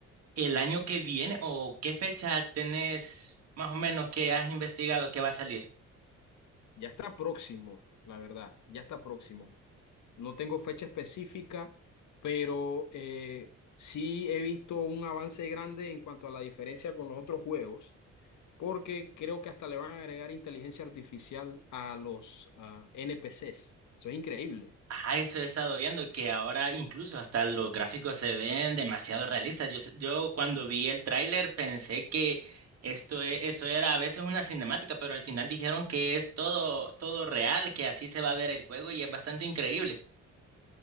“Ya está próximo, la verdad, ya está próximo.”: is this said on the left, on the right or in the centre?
Left